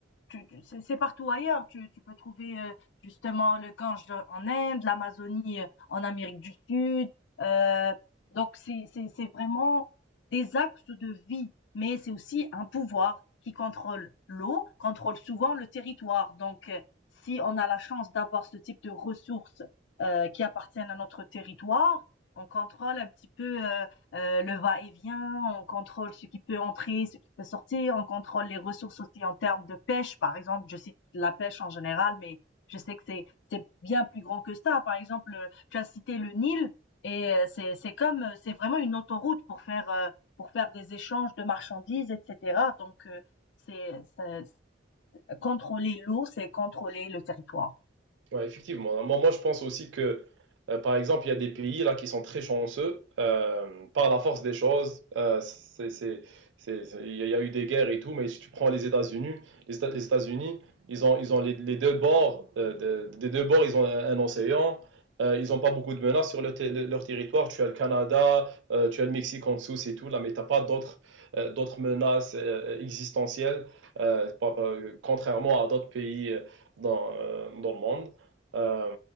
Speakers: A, on the left; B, on the right.
A: tu tu c'est c'est partout ailleurs. Tu tu peux trouver, heu, justement le Gange de- en Inde, l'Amazonie, heu, en Amérique du Sud, heu, donc c'est c'est c'est vraiment des axes de vie, mais c'est aussi un pouvoir qui contrôle l'eau, contrôle souvent le territoire, donc heu, si on a la chance d'avoir ce type de ressources, heu, qui appartiennent à notre territoire, on contrôle un petit peu, heu euh, le va-et-vient, on contrôle ce qui peut entrer, ce qui peut sortir, on contrôle les ressources aussi en termes de pêche, par exemple, je cite la pêche en général, mais je sais que c'est, c'est bien plus grand que ça. Par exemple, tu as cité le Nil, et euh, c'est, c'est comme, euh, c'est vraiment une autoroute pour faire, euh, pour faire des échanges de marchandises, etc. Donc, euh, c'est, c'est- contrôler l'eau, c'est contrôler le territoire.
B: Ouais, effectivement. Moi, moi, je pense aussi que, euh, par exemple, il y a des pays là qui sont très chanceux euh, par la force des choses. euh, c'est, c'est, c'est- c'est- il y a il y a eu des guerres et tout, mais si tu prends les États-Unis, les, Éta- les États-Unis, ils ont, ils ont les, les deux bords, euh, de- des deux bords, ils ont un, un océan. euh, ils n'ont pas beaucoup de menaces sur le ter- le- leur territoire. Tu as le Canada, euh, tu as le Mexique en dessous, c'est tout. Là, mais t'as pas d'autres euh, d'autres menaces euh, existentielles, euh, pas- pas- euh, contrairement à d'autres pays euh, dans, euh, dans le monde. Euh,